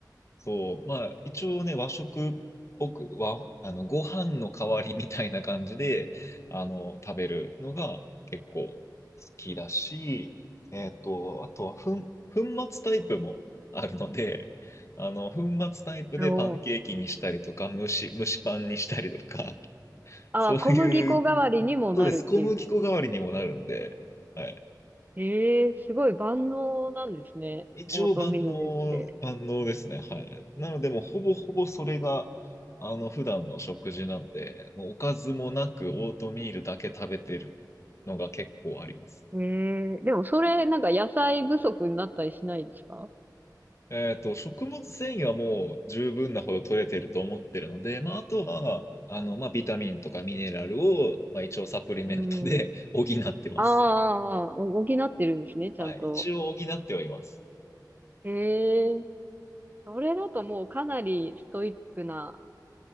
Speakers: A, on the left; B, on the right.
A: そう、まあ、一応ね、和食っぽく、和、あの、ご飯の代わりみたいな感じで、あの、食べるのが結構好きだし、えっと、あとは、粉粉末タイプもあるので、あの、粉末タイプでパンケーキにしたりとか、
B: おー
A: 蒸し、蒸しパンにしたりとか、
B: あー、
A: そういう、
B: 小麦粉代わりにもなるっていう。
A: そうです。小麦粉代わりにもなるんで、はい。
B: ええすごい万能なんですね。
A: 一応万能、
B: オートミールって。
A: 万能ですね。はい。なので、もうほぼほぼそれが、あの、普段の食事なんで、もうおかずもなくオートミールだけ食べてるのが結構あります。
B: ええでもそれなんか野菜不足になったりしないですか
A: えっと、食物繊維はもう十分なほど取れてると思ってるので、まあ、あとは、あの、まあ、ビタミンとかミネラルを、まあ、一応サプリメントで
B: うん。
A: <laughs> 補ってます。
B: あーあー、あー補ってるんですね、ちゃんと。
A: はい。一応補ってはいます。
B: ええそれだともうかなりストイックな